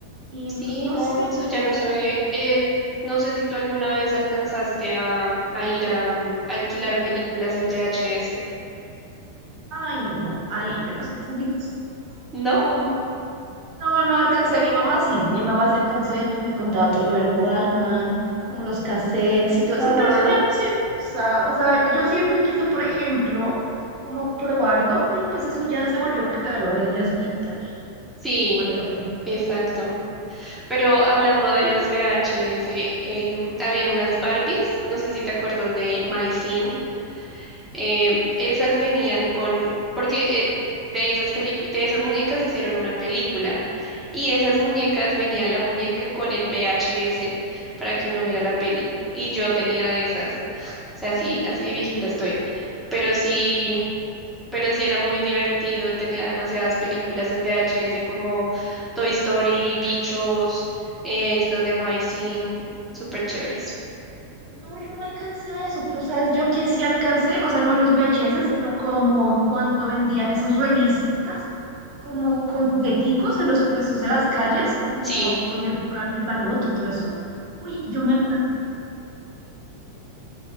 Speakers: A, on the right; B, in the centre.
A: Y mm,
B: Sí,
A: no
B: no,
A: sé,
B: eso ya no se ve. Eh, no sé si tú alguna vez alcanzaste a, a ir a mm, alquilar películas en VHS,
A: ay, no, ay, yo no sé. qué es.
B: ¿no?
A: No, no no alcancé. Mi mamá sí, mi mamá sí alcanzó y pues me contaba todo lo del Walkman, como los cassettes y todo eso,
B: Ajá,
A: pero eso ya no se usa. O sea, yo siempre quise, por ejemplo, como probarlo, pero pues eso ya se volvió caro, ahora ya es vintage y
B: sí,
A: no vale la pena la inversión.
B: exacto. Pero hablando de los VHS, em, habían unas Barbies, no sé si te acuerdas de My Scene, em, esas venían con, porque eh, de esas pelicu- de esas muñecas hicieron una película y esas muñecas venía la muñeca con el VHS para que uno viera la peli y yo tenía de esas, o sea, así, así de viejita estoy, pero sí pero sí era muy divertido, tenía demasiadas películas en VHS como Toy Story, Bichos, eh, estas de My Scene, súper chéveres.
A: No, yo no alcancé a eso, pero sabes, yo que sí alcancé, o sea, no a los VHS, sino como cuando vendían esas revistas, como con jugueticos en los puestos de las calles, como
B: Sí,
A: donde jugaban el baloto y todo eso. Uy, yo me acuerdo